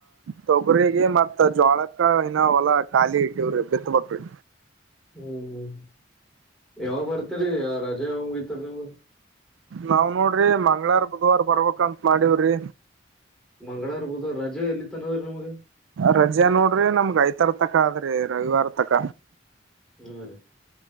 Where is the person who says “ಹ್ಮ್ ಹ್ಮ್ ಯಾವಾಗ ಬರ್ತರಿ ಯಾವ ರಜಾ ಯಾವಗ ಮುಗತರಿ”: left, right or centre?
Centre